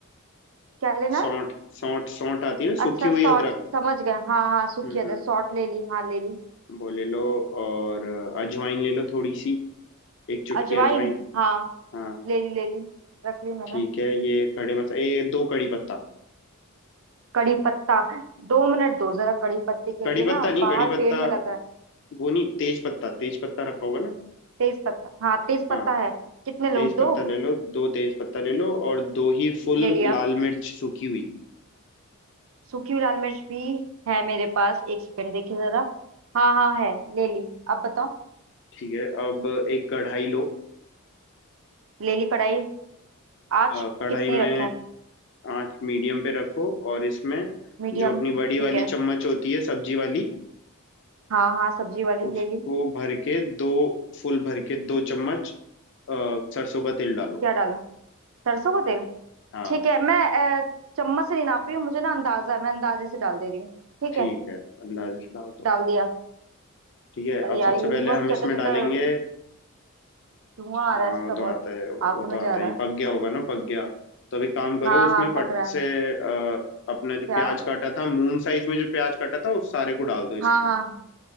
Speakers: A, on the right; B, on the left.
A: क्या लेना
B: सौंठ
A: है
B: सौंठ सौंठ आती है ना सूखी
A: अच्छा सॉर्ट
B: हुई अदरक
A: समझ गए हाँ हाँ सूखी
B: हम्म
A: अदरक सॉर्ट ले ली हाँ ले ली
B: वो ले लो और अ, अजवाइन ले लो थोड़ी सी एक चुटकी
A: अजवाइन
B: अजवाइन
A: हाँ
B: हाँ
A: ले ली ले ली रख ली मैंने
B: ठीक है ये खड़े मसाले ये दो कड़ी पत्ता
A: कड़ी पत्ता दो मिनट दो जरा कड़ी पत्ते के
B: कड़ी
A: लिए
B: पत्ता
A: ना
B: नहीं
A: बाहर
B: कड़ी पत्ता
A: पेड़ में लगा है
B: वो नहीं तेज पत्ता तेज पत्ता रखा होगा ना
A: तेज पत्ता हाँ तेज पत्ता
B: हाँ
A: है कितने लूं
B: तेज
A: दो
B: पत्ता ले लो दो तेज पत्ता ले लो और दो ही फुल
A: ले लिया
B: लाल मिर्च सूखी हुई
A: सूखी हुई लाल मिर्च भी है मेरे पास एक सेकंड देखिए जरा हाँ हाँ है ले ली अब बताओ
B: ठीक है अब एक कढ़ाई लो
A: ले ली कढ़ाई आज
B: अ, कढ़ाई
A: कितनी
B: में
A: रखें
B: आंच मीडियम पे रखो और इसमें
A: मीडियम
B: जो अपनी
A: ठीक
B: बड़ी वाली
A: है
B: चम्मच होती है सब्जी वाली
A: हाँ हाँ सब्जी वाली
B: उसको
A: ले ली
B: भर के दो फुल भर के दो चम्मच अ, सरसों का तेल डालो
A: क्या डाला सरसों का तेल
B: हाँ
A: ठीक है मैं अ, चम्मच से नहीं नाप रही हूँ मुझे ना अंदाजा है मैं अंदाजे से डाल दे रही हूँ ठीक
B: ठीक
A: है
B: है अंदाजे से डाल दो
A: डाल दिया
B: ठीक है
A: अरे
B: अब सबसे
A: यार ये
B: पहले
A: भी बहुत
B: हम इसमें
A: चटर
B: डालेंगे
A: चटर धुआं आ
B: हाँ
A: रहा है इसका
B: वो तो
A: बहुत
B: आता है वो
A: आंखों में
B: तो आता
A: जा रहा
B: ही
A: है
B: पक गया
A: अ,
B: होगा ना पक गया तो अभी काम करो
A: हाँ
B: उसमें
A: हाँ
B: फट
A: पक रहा है
B: से अ, अपना जो
A: क्या
B: प्याज काटा था मून साइज में जो प्याज काटा था उस सारे को डाल दो इसके
A: हाँ
B: अंदर
A: हाँ